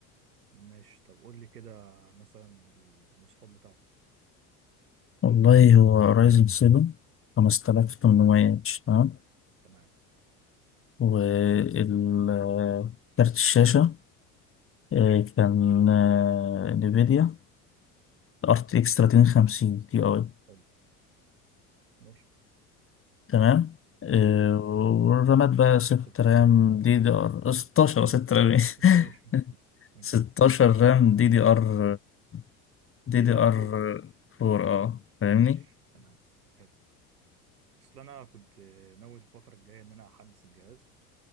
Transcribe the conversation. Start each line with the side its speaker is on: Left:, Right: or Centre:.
Right: ماشي طب قول لي كده مثلا المواصفات بتاعته
Left: والله هو رايزن 7 5800 اتش تمام
Right: تمام
Left: وكارت الشاشة آه، كان نفيديا ار تي اكس 3050 تي اي
Right: حلو ماشي
Left: تمام آه،
Right: تمام ماشي
Left: والرامات بقى 6
Right: 16
Left: رام دي دي ار 16 ولا 6 رام ايه
Right: 6 ايه <laughs>
Left: <laughs>
Right: ماشي
Left: 16 رام دي دي ار دي
Right: جيزة
Left: دي ار
Right: ار 4
Left: 4 اه
Right: ماشي
Left: فاهمني
Right: تمام حلو اصل انا كنت ناوي الفترة الجاية ان انا احدث الجهاز